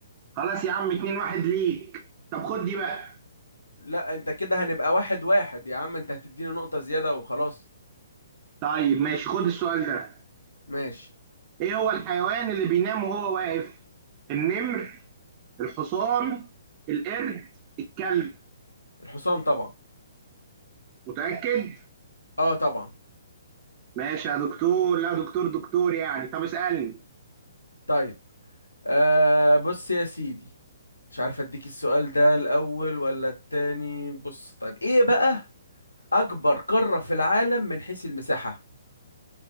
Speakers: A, on the right (about 30°); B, on the left (about 80°).
A: خلاص يا عم 2 1 ليك طب خد دي بقى
B: لا انت كده هنبقى واحد واحد يا عم انت هتديني نقطة زيادة وخلاص
A: طيب ماشي خد السؤال ده
B: ماشي
A: ايه هو الحيوان اللي بينام وهو واقف النمر الحصان القرد الكلب
B: الحصان طبعا
A: متأكد
B: اه طبعا
A: ماشي يا دكتور لا دكتور دكتور يعني طب اسألني
B: طيب آه بص يا سيدي مش عارف اديك السؤال ده الاول ولا التاني بص طيب ايه بقى أكبر قارة في العالم من حيث المساحة